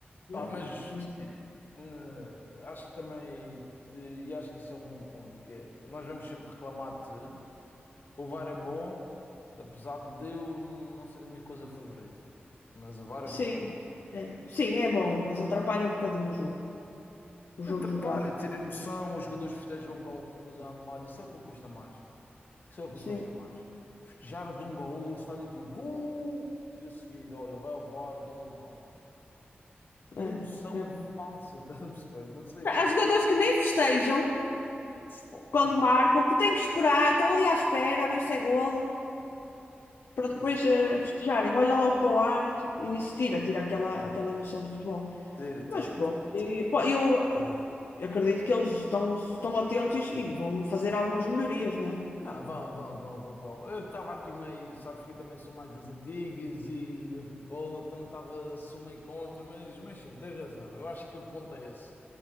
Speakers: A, on the left (about 55°); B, on the left (about 75°).
A: Pá,
B: Mesmo.
A: mas
B: Isso é.
A: eh, acho que também, te- e acho que isso é um bom ponto, que é, nós vamos sempre reclamar de tudo. O VAR é bom, apesar de eu não ser a minha coisa favorita. Mas o VAR
B: Sim,
A: é bom, é bom.
B: é. Sim, é bom, mas atrapalha um bocadinho o jogo. O jogo
A: Atrapalha,
B: jogado.
A: tira emoção, os jogadores festejam um gol que depois é anulado, isso é o que me custa mais. Isso é o que
B: Sim,
A: me custa mais. Festejares um gol, o estádio tudo, gol! E a seguir, olha, vai ao VAR, gol anulado. Que
B: é.
A: emoção
B: é.
A: falsa, <laughs> estás a perceber? Não sei explicar.
B: Há jogadores que nem festejam
A: Pô,
B: quando
A: que mal.
B: marcam, porque têm que esperar, estão ali à espera a ver se é golo. para depois
A: Isso,
B: eh, festejarem. Olham logo para o árbitro e isso tira, tira aquela, aquela emoção do futebol.
A: tira, tira,
B: Mas pronto,
A: tira, tira.
B: e, pá, eu eh, acredito que eles estão, estão atentos e, vão fazer algumas melhorias, não é?
A: Não, vão, vão, vão, vão, vão. Eu estava aqui meio, sabes que eu também sou mais das antigas e do futebol, então estava, sou meio contra, mas, mas sim, tens razão. Eu acho que o ponto é esse.